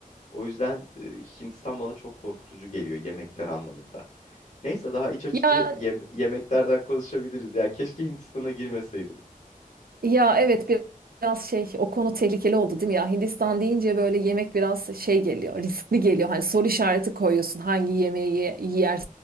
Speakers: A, on the left (about 50°); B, on the right (about 85°).
A: O yüzden e, Hindistan bana çok korkutucu geliyor yemekler anlamında. Neyse daha iç açıcı
B: Ya
A: yem- yemeklerden konuşabiliriz. Ya keşke Hindistan'a girmeseydim.
B: Ya evet bir- biraz şey o konu tehlikeli oldu değil mi ya Hindistan deyince böyle yemek biraz şey geliyor riskli geliyor hani soru işareti koyuyorsun hangi yemeği ye- yer,